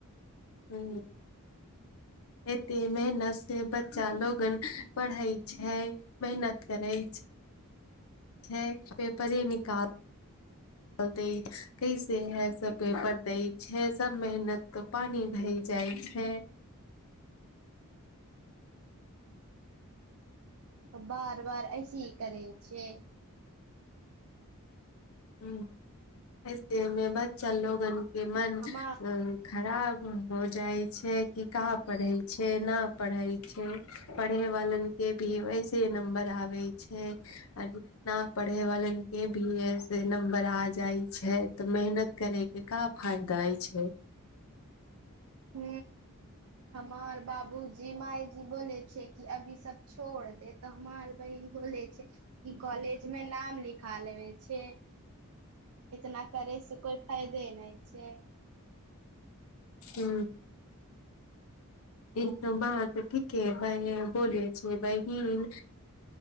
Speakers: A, on the left (about 65°); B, on the right (about 80°).
A: हू एते मेहनत से बच्चा लोगन पढ़े छै मेहनत करै छै छै पेपरे निकाल दै कैसे है सब पेपर दै छै सब मेहनत कऽ पानी भए जाइत छै
B: हु बार बार ऐसहि करै छै
A: ह ऐसेमे बच्चा लोगन के मन
B: हमार
A: खराब हो जाइ छै कि कहाँ पढ़े छै न पढ़ै छै पढ़े वालन के भी ऐसे नम्बर आबे छै ना पढ़े वाले के भी ऐसे नम्बर आ जाइ छै तऽ मेहनत करे के का फायदाइ छै
B: ह हमार बाबू जी माय बोले छै कि अभी सब छोड़ दे तऽ हमार बहिन बोले छै कि कॉलेज मे नाम लिखा लेबे छै इतना करै से कोइ फायदे नहि छै
A: हू ईत बात ठीके भेय बोले बहिन